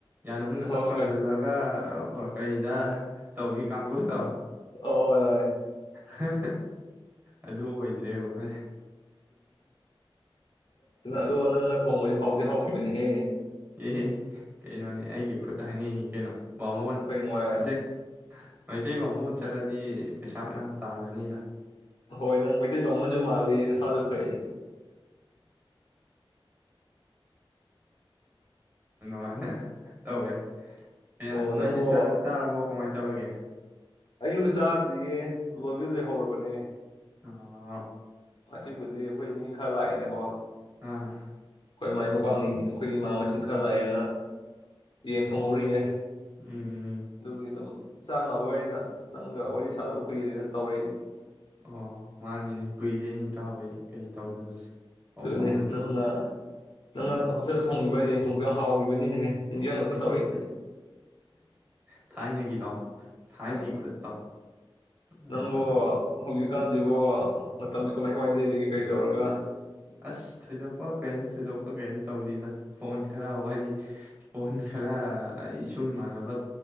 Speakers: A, on the right; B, on the left.
A: ꯌꯥꯅꯨꯡꯗ
B: ꯍꯣꯏ
A: ꯇꯞ
B: ꯍꯣꯏ
A: ꯂꯪꯁꯤꯜꯂꯒ ꯀꯩꯗ ꯇꯧ ꯏ ꯀꯥꯡꯒꯨꯗꯣ
B: ꯍ ꯍꯣꯏ
A: ꯍ ꯑꯗꯨ ꯑꯣꯏꯗ꯭ꯔꯦ ꯃꯥ
B: ꯑꯗꯣ ꯅꯪꯅ ꯊꯣꯡꯕꯗꯤ ꯍꯥꯎꯗꯤ ꯍꯥꯎꯈꯤꯕꯅꯤꯍꯦ
A: ꯑꯦ ꯀꯩꯅꯣꯅꯦ ꯍꯥꯏꯌ ꯈꯨꯠ ꯍꯥꯏꯅꯩꯅꯤ ꯀꯩꯅꯣ ꯕꯥꯃꯣꯟ
B: ꯉꯥꯏ
A: ꯑꯁꯦꯡꯕ ꯃꯩꯇꯩ ꯕꯥꯃꯣꯜ ꯑꯣꯏꯅ ꯆꯠꯂꯗꯤ ꯄꯩꯁꯥ ꯃꯌꯥꯝ ꯇꯥꯜꯂꯅꯤ
B: ꯍꯣꯏ ꯅꯪ ꯃꯩꯇꯩ ꯕꯥꯃꯣꯜꯁꯨ ꯃꯥꯜꯂꯤ ꯅꯁꯥꯁꯨ ꯐꯩ
A: ꯃꯗ ꯇꯧꯋꯦ ꯑꯦ
B: ꯑꯣ ꯅꯪꯕꯨ
A: ꯅꯣꯏꯗꯤ ꯆꯥꯔꯕꯣ ꯀꯃꯥꯏꯅ ꯇꯧꯔꯒꯦ
B: ꯑꯩꯖꯨ ꯆꯥꯗ꯭ꯔꯤꯌꯦ ꯂꯣꯏꯕꯨꯗꯤ ꯂꯣꯢꯍꯧꯔꯕꯅꯦ
A: ꯑ
B: ꯉꯁꯤꯕꯨꯗꯤ ꯑꯩꯈꯣꯏ ꯃꯤ ꯈꯔ ꯂꯥꯛꯑꯦꯅꯦꯀꯣ ꯑꯩꯈꯣꯏ
A: ꯑꯥ
B: ꯃꯥꯏ ꯈ꯭ꯋꯥꯡꯒꯤ ꯑꯩꯈꯣꯏꯒꯤ ꯏꯃꯥ ꯃꯁꯤꯡ ꯈꯔ ꯂꯥꯛꯑꯦꯅ ꯌꯦꯟ ꯊꯣꯡꯍꯧꯔꯤꯑ
A: ꯎꯝ
B: ꯑꯗꯨꯒꯤ ꯑꯗꯨꯝ ꯆꯥꯛ ꯉꯥꯏꯕ ꯑꯣꯏꯅ ꯅꯪꯒ ꯋꯥꯔꯤ ꯁꯥꯗꯕ ꯀꯨꯏꯔꯦꯅ ꯇꯧꯔꯛꯏꯅꯤ
A: ꯑꯣ ꯃꯥꯅꯤꯅꯦ ꯀꯨꯏꯔꯦꯅꯦ ꯢꯇꯥꯎ ꯀꯩ ꯇꯧꯗꯕꯁꯦ ꯄꯥꯎ
B: ꯑꯗꯨꯅꯦ
A: ꯐꯥꯎꯅꯗꯕꯗꯦ
B: ꯅꯪꯅ ꯅꯪꯅ ꯍꯣꯁꯦꯜ ꯊꯣꯡꯉꯤꯕ ꯌꯦꯟ ꯊꯣꯡꯕꯕ ꯍꯥꯎꯈꯤꯕꯅꯤꯅꯦꯍꯦ ꯅꯤꯡꯁꯤꯡꯉꯛꯇ
A: <unintelligible>
B: ꯇꯧꯔꯛꯏꯅꯦ
A: ꯊꯥꯏꯅꯒꯤꯗꯣ ꯊꯥꯏꯅꯒꯤ
B: ꯍꯣꯏꯅꯦ
A: ꯈꯨꯠꯇꯣ ꯑꯥ,
B: ꯅꯪꯕꯨ ꯍ ꯀꯥꯟꯁꯤꯕꯨ ꯃꯇꯝꯁꯤ ꯀꯃꯥꯏ ꯀꯃꯥꯏꯅ ꯂꯦꯜꯂꯤꯒ ꯀꯩ ꯇꯧꯔꯒ
A: ꯑꯁ ꯊꯣꯏꯗꯣꯛꯄ ꯀꯩꯌꯝ ꯊꯣꯏꯗꯣꯛꯄ ꯀꯩꯌꯝ ꯇꯧꯗꯗ ꯐꯣꯟ ꯈꯔ ꯋꯥꯔꯤ ꯐꯣꯟ ꯈꯔ ꯏꯁꯨꯡ ꯏꯃꯥꯟꯅꯕ